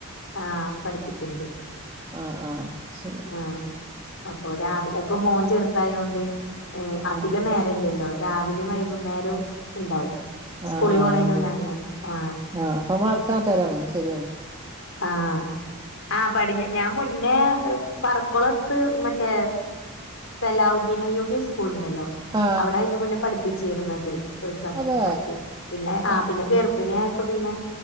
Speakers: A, on the left (about 70°); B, on the right (about 20°).
A: ആഹ് പഠിപ്പിക്കണ്ട്
B: ആ ആ ശെരി
A: ആഹ് അപ്പൊ രാവിലെ അപ്പൊ മോൻ ചെറുതായൊണ്ട് മ് അധികം
B: ആഹ് ആഹ്
A: നേരല്ല്യല്ലോ. രാവിലിം വൈകുന്നേരും ഇണ്ടാവും
B: ആഹ്
A: സ്കൂളിൽ
B: ആഹ്
A: പോണെന്റെ മുന്നെ <unintelligible> ആ
B: ആഹ് അപ്പൊ നമ്മളെ അടുത്ത നാട്ടാരാണ് ശരിയാണ്
A: ആ ആ പടിഞ്ഞ് ഞാൻ മുൻ പിന്നെ പറക്കുളത്ത് മറ്റേ സലാഹുദ്ധീൻ അയ്യൂബി സ്കൂൾണ്ട്. ണ്ടല്ലോ?
B: ആഹ്
A: അവിടെ അയിന് മുന്നേ പഠിപ്പിച്ചിരുന്നത്. കൊർചം
B: അതെ
A: കൊർച്ച് പിന്നെ ആ
B: ആഹ്
A: പിന്നെ ഗെർഭിണിയായപ്പ പിന്നെ